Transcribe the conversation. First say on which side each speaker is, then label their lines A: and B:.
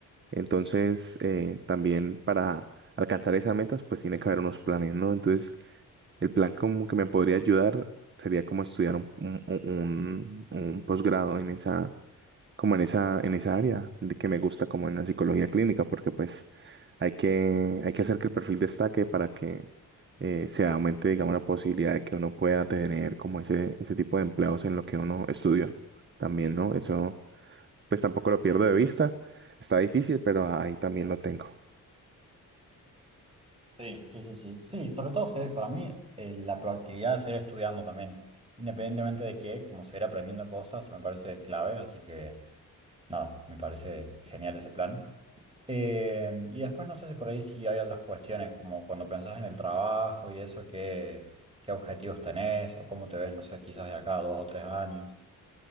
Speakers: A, on the right (about 35°); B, on the right (about 15°).
A: Entonces, eh, también para alcanzar esas metas, pues tiene que haber unos planes, ¿no? Entonces, el plan como que me podría ayudar sería como estudiar un, un, un- un posgrado en esa como en esa, en esa área de que me gusta como en la psicología clínica, porque pues hay que, hay que hacer que el perfil destaque para que eh, se aumente, digamos, la posibilidad de que uno pueda tener como ese, ese tipo de empleados en lo que uno estudia también, ¿no? Eso pues tampoco lo pierdo de vista, está difícil, pero ahí también lo tengo.
B: Sí, sí, sí, sí. Sí, sobre todo seguir- para mí eh, la proactividad de seguir estudiando también, independientemente de qué, como seguir aprendiendo cosas, me parece clave, así que nada, me parece genial ese plan. Eh, y después no sé si por ahí si hay otras cuestiones, como cuando pensás en el trabajo y eso, qué, qué objetivos tenés o cómo te ves, no sé, quizás de acá a dos o tres años.